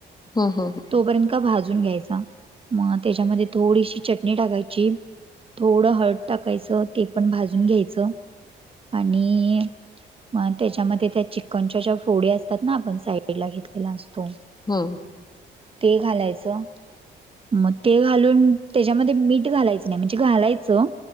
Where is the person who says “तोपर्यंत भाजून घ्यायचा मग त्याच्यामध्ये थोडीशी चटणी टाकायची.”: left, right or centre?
Right